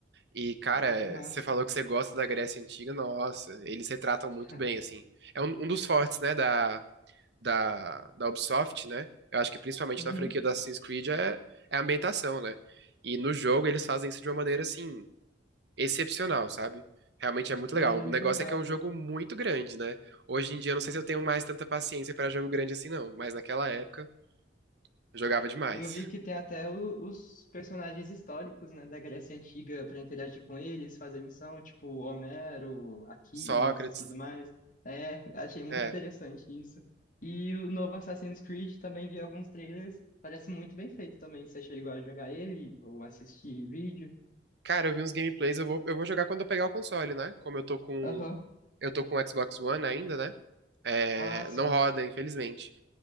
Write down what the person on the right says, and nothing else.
E, cara,
você falou que você gosta da Grécia Antiga, nossa, eles retratam
muito bem, assim. É um, um dos fortes, né, da, da, da Ubisoft, né? Eu acho que principalmente
na franquia do Assassin's Creed é, é a ambientação, né? E no jogo eles fazem isso de uma maneira, assim, excepcional, sabe? Realmente é muito
legal.
O negócio
é que é um
jogo muito grande, né? Hoje em dia eu não sei se eu tenho mais tanta paciência para jogo grande assim, não. Mas naquela época eu jogava demais.
Sócrates,
é.
Cara, eu vi uns gameplays, eu vou, eu vou jogar quando eu pegar o console, né? Como eu tô com.
Eu tô com o Xbox One ainda, né? É,
não roda, infelizmente.